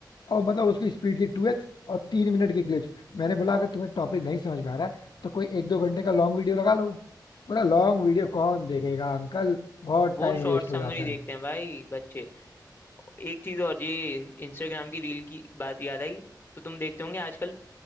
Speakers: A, on the left; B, on the left.
A: और मतलब उसकी स्पीड थी टू एक्स और तीन मिनट की क्लिप्स मैंने बोला अगर तुम्हें टॉपिक नहीं समझ में आ रहा है तो कोई एक दो घंटे का लॉन्ग वीडियो लगा लो बोला लॉन्ग वीडियो कौन देखेगा अंकल बहुत
B: वो
A: टाइम
B: शॉर्ट
A: वेस्ट
B: समरी
A: हो जाता
B: देखते
A: है
B: हैं भाई बच्चे एक चीज और ये इंस्टाग्राम की रील की बात याद आई तो तुम देखते होंगे आजकल